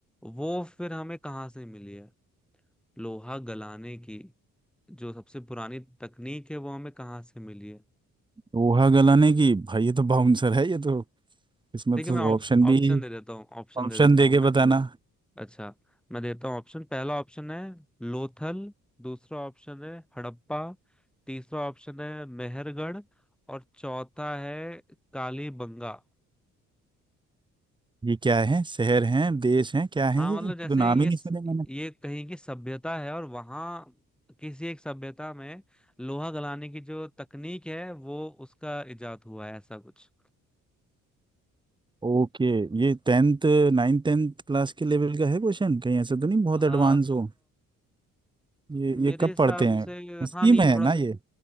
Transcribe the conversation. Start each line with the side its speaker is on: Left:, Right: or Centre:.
Centre: वो फिर हमें कहाँ से मिली है लोहा गलाने की जो सबसे पुरानी तकनीक है वो हमें कहाँ से मिली है
Right: लोहा गलाने की भाई ये तो बाउंसर
Centre: हम्म,
Right: है ये तो इसमें
Centre: ठीक
Right: तो
Centre: है मैं ऑप्श-
Right: ऑप्शन भी
Centre: ऑप्शन दे देता हूँ ऑप्शन
Right: ऑप्शन
Centre: दे देता
Right: दे
Centre: हूँ
Right: के
Centre: मैं
Right: बताना
Centre: अच्छा मैं देता हूँ ऑप्शन पहला ऑप्शन है लोथल दूसरा ऑप्शन है हड़प्पा तीसरा ऑप्शन है मेहरगढ़ और चौथा है कालीबंगा
Right: ये क्या है शहर है देश है क्या है
Centre: हाँ
Right: ये
Centre: मतलब
Right: तो
Centre: जैसे
Right: नाम
Centre: ये
Right: ही नहीं
Centre: स-
Right: सुने मैंने
Centre: ये कहीं की सभ्यता है और वहाँ किसी एक सभ्यता में लोहा गलाने की जो तकनीक है वो उसका इजाद हुआ है ऐसा कुछ
Right: ओके ये टेंथ नाइन टेंथ क्लास के लेवल का है क्वेश्चन कहीं ऐसा तो नहीं बहुत एडवांस
Centre: आ,
Right: हो ये
Centre: मेरे
Right: ये कब
Centre: हिसाब
Right: पढ़ते हैं
Centre: से
Right: स्कीम
Centre: हाँ नहीं
Right: है
Centre: थोड़ा
Right: ना
Centre: सा
Right: ये